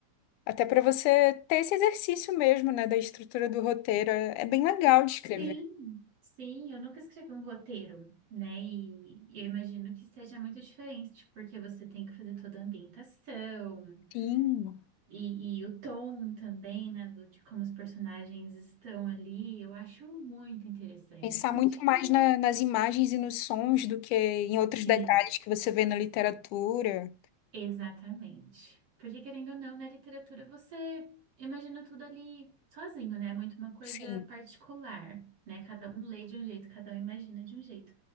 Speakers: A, on the left; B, on the right.
A: até para você ter esse exercício mesmo, né, da estrutura do roteiro, é, é bem legal de escrever.
B: Sim, sim, eu nunca escrevi um roteiro, né? E eu imagino que seja muito diferente, porque você tem que fazer toda a ambientação
A: Sim.
B: e, e o tom também, né? do- de como os personagens estão ali. Eu acho muito interessante.
A: Pensar
B: Um
A: muito
B: dia,
A: mais na- nas imagens e nos sons do que em outros
B: sim.
A: detalhes que você vê na literatura.
B: Exatamente. Porque querendo ou não, na literatura você imagina tudo ali sozinho, né? É muito uma coisa
A: Sim.
B: particular, né? Cada um lê de um jeito, cada um imagina de um jeito.